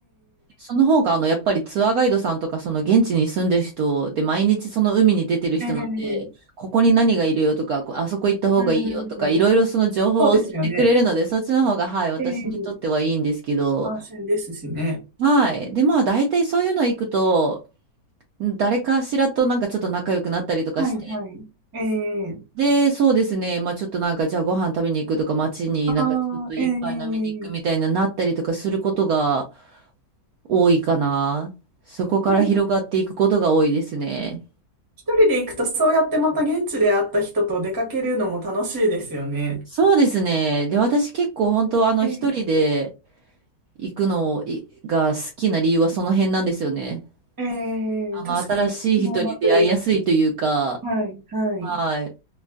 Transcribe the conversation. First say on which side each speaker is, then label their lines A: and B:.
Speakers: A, on the right (about 70°); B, on the right (about 15°).
A: その方があのやっぱりツアーガイドさんとかその現地に住んでる人で毎日その海に出てる人なんで、
B: ええええ
A: ここに何がいるよとか、こあそこ行った方がいいよとか、
B: うん。
A: いろいろその情報を教えてくれるので、
B: そうですよね。
A: そっちの方がはい、私にとってはいいんですけど、
B: ええ安心ですしね。
A: はい。で、まあ大体そういうの行くと、誰かしらとなんかちょっと仲良くなったりとかし
B: はい、はい。ええ
A: で、そうですね。まあちょっとなんか、じゃあご飯食べに行くとか、街になんかちょっと一杯飲みに行くみたいななったりとかすることが
B: ああ、ええ
A: 多いかな。そこから広がっていくことが多いですね。
B: やっぱり一人で行くと、そうやってまた現地で会った人と出かけるのも楽しいですよね。
A: そうですね。で、私結構本当あの一人で
B: え
A: 行くのいが好きな理由はその辺なんですよね。
B: えええ確かに、
A: あの、新しい人に出会いやすいというか、
B: 私も同じです。はい、はい。
A: はい。